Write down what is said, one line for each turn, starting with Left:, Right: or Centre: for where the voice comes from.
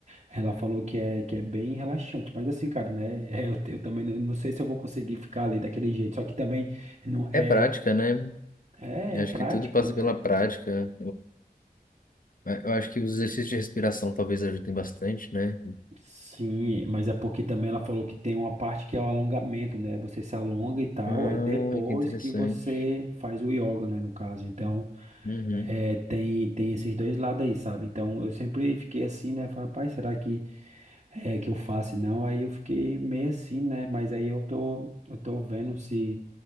Right: ela falou que é, que é bem relaxante, mas assim, cara, né, <laughs> é, eu, eu também não não sei se eu vou conseguir ficar ali daquele jeito, só que também não é,
Left: É prática, né?
Right: é,
Left: Eu
Right: é
Left: acho
Right: prática,
Left: que tudo passa
Right: né,
Left: pela prática. Mas Eu acho que os exercícios de respiração talvez ajudem bastante, né?
Right: sim, mas é porque também ela falou que tem uma parte que é o alongamento, né, você se alonga e tal,
Left: Ah,
Right: aí depois
Left: que interessante.
Right: que você faz o yoga, né, no caso, então...
Left: Uhum.
Right: É, tem, tem esses dois lados aí, sabe? Então eu sempre fiquei assim, né? Falei, rapaz, será que é que eu faço? Não, aí eu fiquei meio assim, né? Mas aí eu tô, eu tô vendo se,